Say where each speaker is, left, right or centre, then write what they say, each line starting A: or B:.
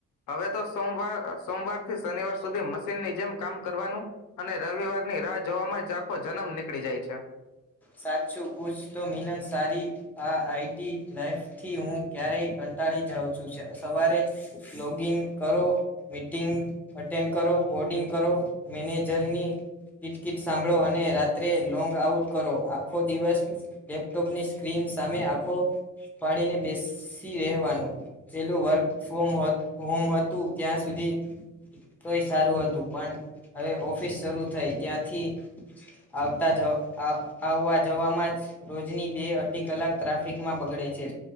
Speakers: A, on the left; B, in the centre.
A: હવે તો સોવાર સોમવારથી શનિવાર સુધી મશીનની જેમ કામ કરવાનું અને રવિવારની રાહ જોવામાં જ આખો જન્મ નીકળી જાય છે.
B: સાચું પૂછ તો મિલન સારી આ આઈટી લાઈફથી હું ક્યારેય કંટાળી જાઉં. શું છે સવારે <inaudible> લોૉગઇન કરો મીટિંગ અટેન્ડ કરો કોડિંગ કરો મેનેજરની કિટકિટ સાંભળો અને રાત્રે લોંગ આઉટ.. કરો આખો દિવસ લેપટોપની સ્ક્રીન સામે આખો ફાડીને બેસી રહેવાનું પેલું વર્ક ફોમ હોમ હતું ત્યાં સુધી તોય સારું હતું પણ હવે ઓફિસ શરૂ થઈ ત્યાંથી આવતા જવા.. આવવા જવામાં જ રોજની બે અઢી કલાક ટ્રાફિકમાં બગડે છે